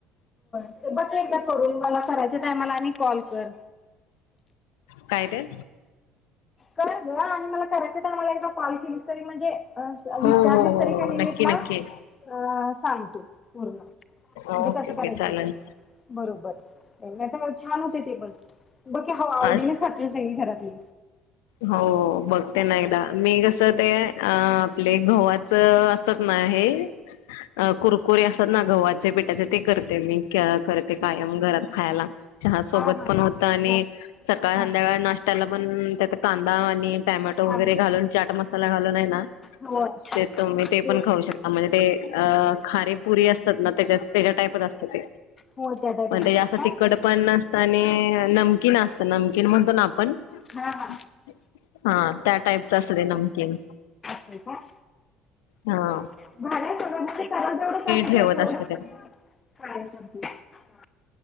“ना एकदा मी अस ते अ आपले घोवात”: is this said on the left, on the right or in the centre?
Left